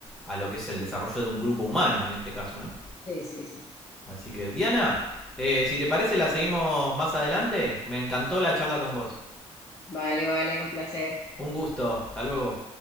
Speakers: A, in the centre; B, on the left.
A: a lo que es el desarrollo de un grupo humano en este caso, ¿no?
B: Sí, sí, sí.
A: Así que, Diana, eh, si te parece, la seguimos más adelante. Me encantó la charla con vos.
B: Vale, vale, un placer.
A: Un gusto. Hasta luego.